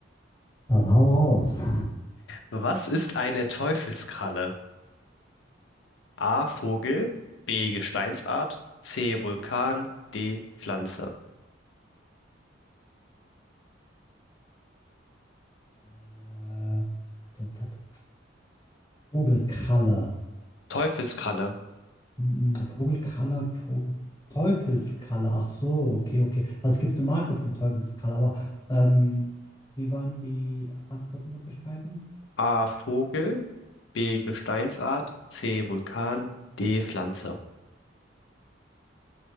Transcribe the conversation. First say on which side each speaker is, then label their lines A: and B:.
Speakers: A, on the left (about 20°); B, on the left (about 70°).
A: Dann hau raus.
B: Was ist eine Teufelskralle? A. Vogel, B. Gesteinsart, C. Vulkan, D. Pflanze.
A: Äh, t- t- t- t- Vogelkralle.
B: Teufelskralle.
A: Mm, mm, Vogelkralle, Vogel. Teufelskralle. Ach so, okay, okay. Also es gibt eine Marke von Teufelskralle, aber ähm, wie waren die Antwortmöglichkeiten?
B: A. Vogel, B. Gesteinsart, C. Vulkan, D. Pflanze.